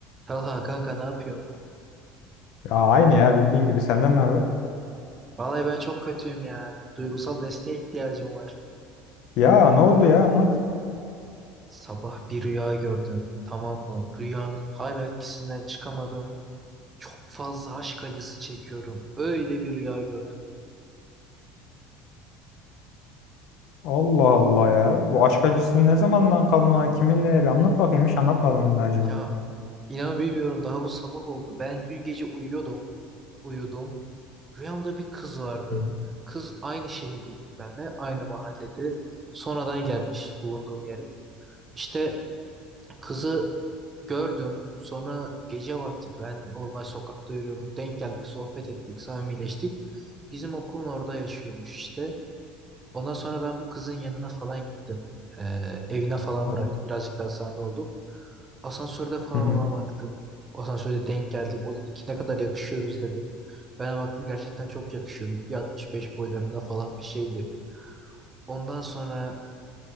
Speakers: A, on the right; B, on the left.
A: Talha kanka ne yapıyorsun?
B: Ya aynı ya bildiğin gibi senden ne haber?
A: Vallahi ben çok kötüyüm ya. Duygusal desteğe ihtiyacım var.
B: Ya ne oldu ya anlat.
A: Sabah bir rüya gördüm. Tamam mı? Rüyanın hala etkisinden çıkamadım. Çok fazla aşk acısı çekiyorum. Öyle bir rüya gördüm.
B: Allah Allah ya. Bu aşk acısı ne zamandan kalma kiminle bir anlat bakayım hiç anlatmadın bundan önce bana.
A: Ya inan bilmiyorum daha bu sabah oldu. Ben dün gece uyuyordum. Uyudum. Rüyamda bir kız vardı.
B: Hı hı.
A: Kız aynı şehirdeydik benle, Aynı mahallede. Sonradan gelmiş bulunduğum yere. İşte kızı Gördüm. Sonra gece vakti ben normal sokakta yürüyordum. Denk geldik, sohbet ettik, samimileştik. Bizim okulun orada yaşıyormuş işte. Ondan sonra ben bu kızın yanına falan gittim. Ee, evine falan
B: Tamam.
A: bıraktım. Birazcık daha samimi olduk. Asansörde falan
B: Hı hı.
A: ona baktım. Asansörde denk geldik. O dedi ki ne kadar yakışıyoruz dedi. Ben de baktım gerçekten çok yakışıyorduk. Bir 65 boylarında falan bir şeydi. Ondan sonra